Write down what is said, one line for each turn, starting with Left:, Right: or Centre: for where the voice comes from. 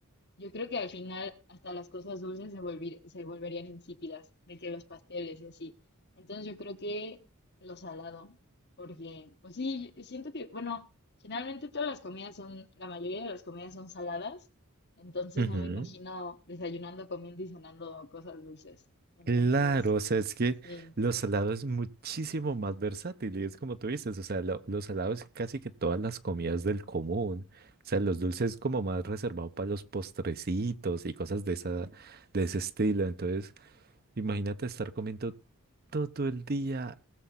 Left: yo creo que al final hasta las cosas dulces se volvi- se volverían insípidas, de que los pasteles y así. Entonces, yo creo que lo salado, porque, pues sí, siento que, bueno, generalmente todas las comidas son, la mayoría de las comidas son saladas, entonces
Right: Ujú.
Left: no me imagino desayunando, comiendo y cenando cosas dulces. Entonces,
Right: Claro, o sea, es que
Left: sí,
Right: los salados es muchísimo más versátil y es como tú dices, o sea, lo- los salados casi que todas las comidas del común, o sea, los dulces como más reservado para los postrecitos y cosas de esa, de ese estilo, entonces imagínate estar comiendo todo el día